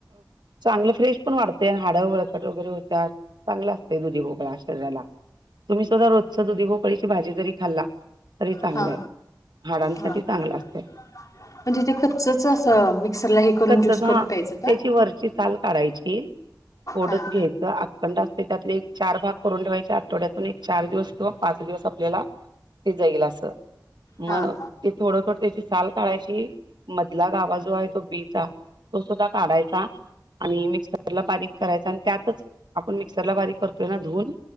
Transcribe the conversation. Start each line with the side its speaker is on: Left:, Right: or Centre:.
Right: चांगलं फ्रेश पण वाटतंय हाडं बळकट वगैरे होतात. चांगल असतंय दुधी भोपळा शरीराला. तुम्हीसुद्धा रोजच दुधी भोपळ्याची भाजी जरी खाल्ला तरी चांगल
Left: हा
Right: आहे. हाडांसाठी
Left: हा
Right: चांगलं असते.
Left: <unintelligible> म्हणजे ते कच्च अस मिक्सरला करून
Right: कच्चाच
Left: ज्यूस
Right: हां
Left: करून प्यायचं का
Right: त्याची वरची साल काढायची
Left: हा
Right: थोडच
Left: हा
Right: घ्यायचं थंड असते त्यातले एक चार भाग करून ठेवायच्या आवठवड्यातून एक चार दिवस किंवा पाच दिवस आपल्याला ते जाईल अस. म
Left: हा हा
Right: ते थोडं त्याची साल कढायची मधला गाभा जो आहे तो बी चा तो सुद्धा काढायचा. आणि मिक्सरला बारीक करायच आणि त्यातच आपण मिक्सरला बारीक करतोय ना धुवून